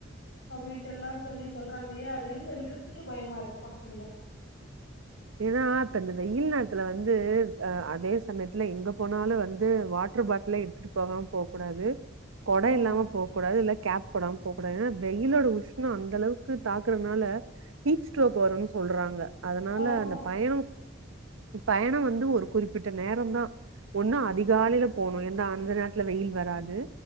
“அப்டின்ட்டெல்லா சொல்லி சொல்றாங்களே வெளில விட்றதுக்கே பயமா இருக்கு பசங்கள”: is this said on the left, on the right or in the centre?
Left